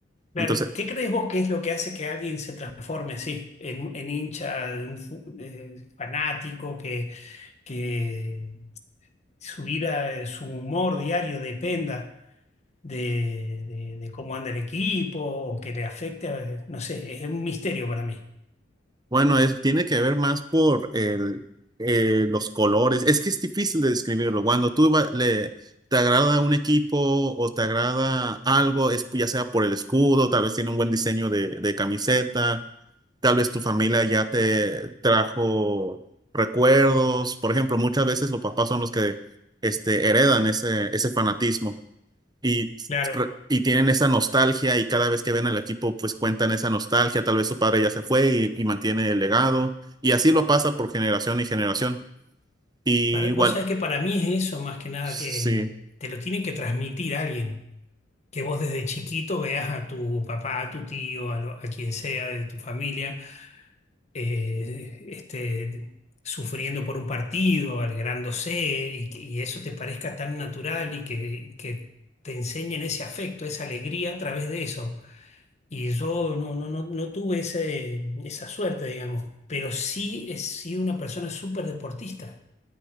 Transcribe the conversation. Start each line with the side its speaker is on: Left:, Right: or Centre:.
Left: Claro,
Right: Entonces,
Left: ¿qué crees vos que es lo que hace que alguien se transforme así, en, en hincha, de un fu- de fanático, que, que su vida, eh, su humor diario dependa de, de- de cómo anda el equipo o que le afecte? eh, No sé, es un misterio para mí.
Right: bueno, es, tiene que ver más por el, eh, los colores. Es que es difícil de describirlo. Cuando tú va- le, te agrada un equipo o te agrada algo, es ya sea por el escudo, tal vez tiene un buen diseño de, de camiseta Tal vez tu familia ya te trajo recuerdos. Por ejemplo, muchas veces los papás son los que este, heredan ese, ese fanatismo y,
Left: Claro,
Right: re- y tienen esa nostalgia y cada vez que ven al equipo, pues cuentan esa nostalgia. Tal vez su padre ya se fue y, y mantiene el legado. Y así lo pasa por generación y generación. Y
Left: para-
Right: igual,
Left: vos sabés que para mí es eso más que nada
Right: sí,
Left: que mm, te lo tiene que transmitir alguien, que vos desde chiquito veas a tu papá, a tu tío, a, lo- a quien sea de tu familia. eh, este, sufriendo por un partido, alegrándose, y, que- y eso te parezca tan natural y que, que te enseñen ese afecto, esa alegría a través de eso. Y yo no, no, no, no tuve ese, esa suerte, digamos, pero sí he sido una persona súper deportista.